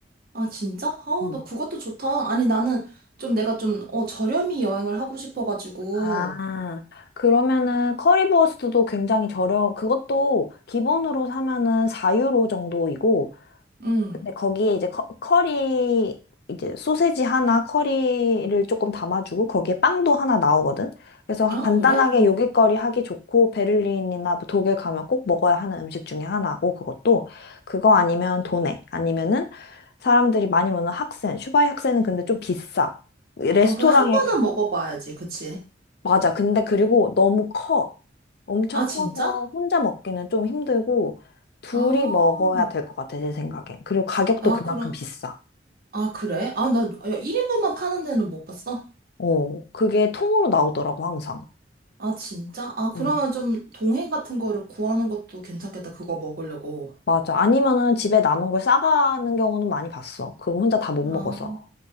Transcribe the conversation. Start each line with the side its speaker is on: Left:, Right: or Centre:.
Right: 아, 진짜? 아우,
Left: 음.
Right: 나 그것도 좋다. 아니, 나는 좀 내가 좀, 어, 저렴이 여행을 하고 싶어가지고.
Left: 아, 그러면은 커리버스트도 굉장히 저렴, 그것도 기본으로 사면은 4유로 정도이고,
Right: 음.
Left: 근데 거기에 이제 커, 커리 이제 소세지 하나 커리를 조금 담아주고 거기에 빵도 하나 나오거든. 그래서
Right: 아,
Left: 간단하게
Right: 그래? 어.
Left: 요깃거리 하기 좋고 베를린이나 뭐 독일 가면 꼭 먹어야 하는 음식 중에 하나고 그것도 그거 아니면 도네 아니면은 사람들이 많이 먹는 학센 슈바이 학센은 근데 좀 비싸. 레스토랑에
Right: 아, 그래, 한 번은
Left: 가.
Right: 먹어봐야지. 그치?
Left: 맞아. 근데 그리고 너무 커. 엄청
Right: 아,
Left: 커서
Right: 진짜?
Left: 혼자 먹기는 좀 힘들고 둘이
Right: 아,
Left: 먹어야 될 것 같아 내 생각엔. 그리고 가격도
Right: 아,
Left: 그만큼
Right: 그럼,
Left: 비싸.
Right: 아, 그래? 아, 나, 야, 1인분만 파는 데는 못 봤어?
Left: 어, 그게 통으로 나오더라고, 항상.
Right: 아, 진짜? 아,
Left: 음,
Right: 그러면 좀 동행 같은 거를 구하는 것도 괜찮겠다. 그거 먹으려고.
Left: 맞아. 아니면은 집에 남은 걸 싸가는 경우는 많이 봤어. 그거 혼자 다 못 먹어서.
Right: 아,